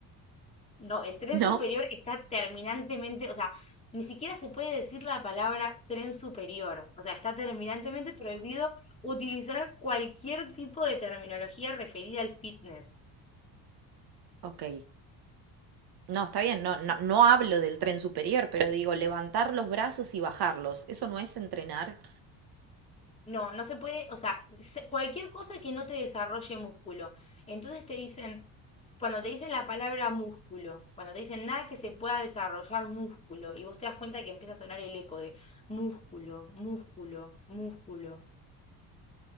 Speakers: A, on the left; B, on the right.
A: no, el tren
B: ¿No?
A: superior está terminantemente, o sea, ni siquiera se puede decir la palabra tren superior. O sea, está terminantemente prohibido utilizar cualquier tipo de terminología referida al fitness.
B: Ok, No, está bien, no, no, no hablo del tren superior, pero digo, levantar los brazos y bajarlos, ¿eso no es entrenar?
A: No, no se puede, o sea, se- cualquier cosa que no te desarrolle músculo. Entonces te dicen, cuando te dicen la palabra músculo, cuando te dicen nada que se pueda desarrollar músculo, y vos te das cuenta que empieza a sonar el eco de músculo, músculo, músculo.